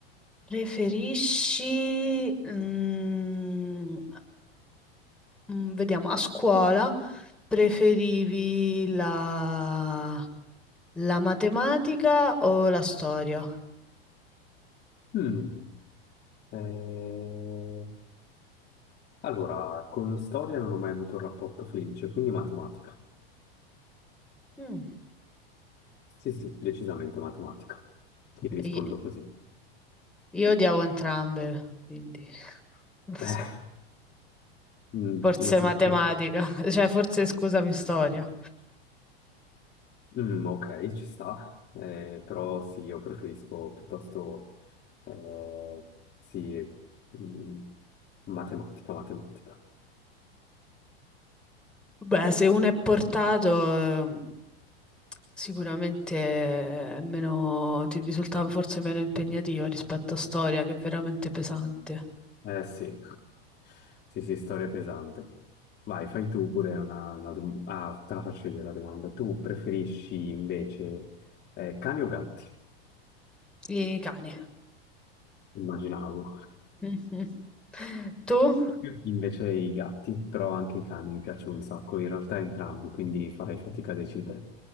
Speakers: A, in the centre; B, on the left (about 35°).
A: Preferisci, mm, mm, vediamo, a scuola preferivi la, la matematica o la storia?
B: Mm, eh, allora, con storia non ho mai avuto un rapporto felice, quindi matematica.
A: Mm,
B: Sì, sì, decisamente matematica. Ti rispondo
A: i-
B: così.
A: Io, odiavo entrambe, quindi non so.
B: <laughs> Eh, mm,
A: Forse
B: io comunque.
A: matematica, <laughs> cioè forse scusami, storia.
B: Mm, ok, ci sta, Eh, però sì, io preferisco piuttosto, eh, sì, mm, matematica, matematica.
A: Beh, se uno è portato, eh, sicuramente è meno, ti risultava forse meno impegnativo rispetto a storia, che è veramente pesante.
B: Eh sì, sì, sì, storia pesante. Vai, fai tu pure una, una dom- Ah, te la faccio io la domanda. Tu preferisci invece eh, cani o gatti?
A: I cani.
B: Immaginavo.
A: <laughs> Mhm. Tu?
B: Io Invece i gatti, però anche i cani mi piacciono un sacco, in realtà entrambi, quindi farei fatica a decidere.